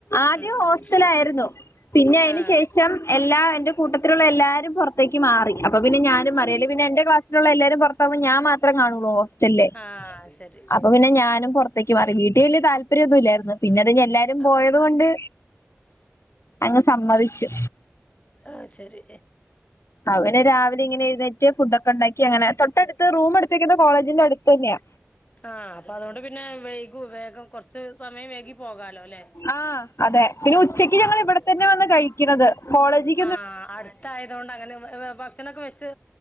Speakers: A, on the left; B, on the left.
A: ആദ്യം
B: ഉം
A: ഹോസ്റ്റലായിരുന്നു
B: ഉം
A: പിന്നെ അതിന്
B: ആഹ്
A: ശേഷം ശം എല്ലാ എന്റെ കൂട്ടത്തിലുള്ള എല്ലാരും പുറത്തേക്ക് മാറി അപ്പൊ പിനെ ഞാനും മാറി
B: ആഹ്
A: അല്ല പിന്നെ എന്റെ ക്ലാസിലുള്ള എല്ലരും പുറ ഞാൻ മാത്രം കാണുള്ളൂ ഹോസ്റ്റല്
B: ആഹ് ശരി
A: അപ്പൊ പിന്നെ ഞാനും പുറത്തേക്ക് മാറി വീട്ടിൽ വലിയ താല്പര്യ താല്പര്യഒനുലായിരുന്നു പിന്നെ ഞ് എല്ലാരും
B: ആഹ്
A: പോയത് കൊണ്ട് അങ്ങ് സമ്മതിച്ചു
B: ആഹ് ശരി
A: അവനെ രാവിലെ ഇങ്ങനെ എഴുന്നേറ്റ് ഫുഡ് ഒക്കെ ഉണ്ടാക്കി അങ്ങനെ തൊട്ടടുത്ത് റൂം എടുത്തേക്കുന്ന കോളേജിന്റെ അടു ത്ത് തന്നെയാ
B: ആഹ് അപ്പൊ അതുകൊണ്ട് പിന്നെ വൈകും വേഗം കൊറച്ച് സമയം വൈകി പോകാലോ. ല്ലേ
A: ആഹ് അതെ പിന്നെ ഉച്ചക്ക് ഞങ്ങൾ
B: ആഹ്
A: ഇവിടെ തന്നെ വന്ന് കഴിക്കുന്നത് കോളേജിൽ.
B: ആഹ് അടുത്തായതുകൊണ്ട് അങ്ങനെ ഭക്ഷണൊക്കെ വെച്ച്